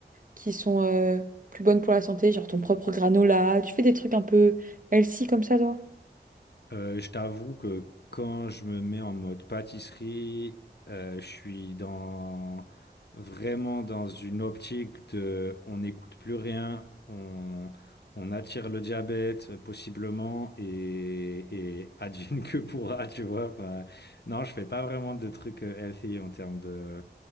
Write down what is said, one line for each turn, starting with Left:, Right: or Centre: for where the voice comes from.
Right: qui sont euh, plus bonnes pour la santé, genre ton propre granola. Tu fais des trucs un peu healthy comme ça, toi?
Left: Euh, je t'avoue que quand je me mets en mode pâtisserie, euh, je suis dans vraiment dans une optique de on n'écoute plus rien, on, on attire le diabète euh, possiblement et, et <laughs> advienne que pourra, tu vois. Enfin, non, je fais pas vraiment de trucs euh, healthy en termes de